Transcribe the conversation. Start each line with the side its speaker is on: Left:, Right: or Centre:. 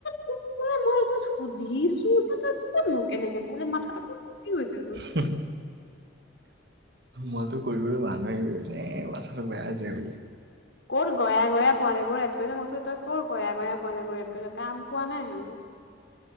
Left: তোক কোৱা নাই জাষ্ট মই সুধিছো হে তই কোন এনেকে কবোলে মাথাটো। কি কৈছে? এইবোৰ।
Right: হম। মইতো কৰিবলৈ মনই হৈ আছে এই কথাটো বেয়া হৈ যায় বুলি।
Left: ক'ত গয়া গয়া পোৱালিবোৰ এড কৰিছে মই কৈছোঁ তই ক'ৰ গয়া গয়া পোৱালিবোৰ এড কৰিছ কাম পোৱা নাই আৰু।